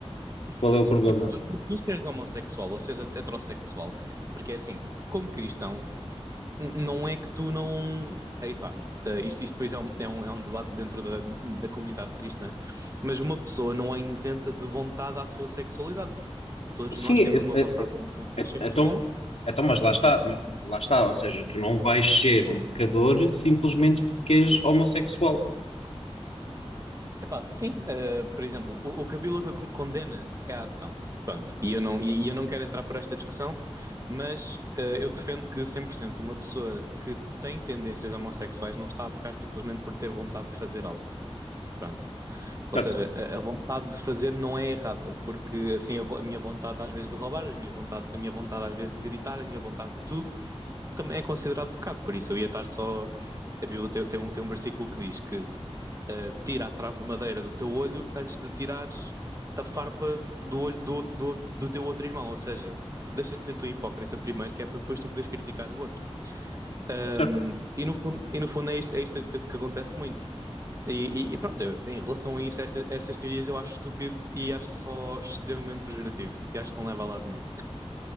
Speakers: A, on the right; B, on the left.
A: Sim,
B: qual é o
A: sim,
B: problema?
A: tipo, tu, tu, tu seres homossexual ou seres heterossexual, porque é assim, como cristão, n- não é que tu não. Aí tá. Eh, isto, isto depois é um, é um, é um debate dentro da, da comunidade cristã, mas uma pessoa não é isenta de vontade à sua sexualidade. Todos
B: Sim,
A: nós
B: é-
A: temos uma vontade
B: é-
A: com com que nascemos
B: é- então,
A: com,
B: então, mas lá
A: e
B: está,
A: pronto.
B: mas lá está, ou seja, tu não vais ser um pecador simplesmente porque és homossexual,
A: Epá, sim, eh, por exemplo, o, o que a Bíblia co- condena é a ação. Pronto, e eu não, e, e eu não quero entrar por esta discussão, mas eh, eu defendo que 100% uma pessoa que tem tendências homossexuais não está a pecar simplesmente por ter vontade de fazer algo. Pronto.
B: certo?
A: Ou seja, a, a vontade de fazer não é errada, porque assim a, vo- a minha vontade às vezes de roubar, as minhas vontade, a minha vontade às vezes de gritar, a minha vontade de tudo, também é considerado pecado. Por isso eu ia estar só. A Bíblia tem, tem um, tem um versículo que diz que eh, tira a trave de madeira do teu olho antes de tirares a farpa do olho do, do, do teu outro irmão. Ou seja, deixa de ser tu hipócrita primeiro, que é para depois tu poderes criticar o outro. Ahm,
B: Certo.
A: e, no, fundo- e no fundo é isso é isso que, que acontece muito. E, e- e pronto, eu- em relação a isso, esta- essas teorias eu acho estúpido e acho só extremamente pejorativo. E acho que não leva a lado nenhum.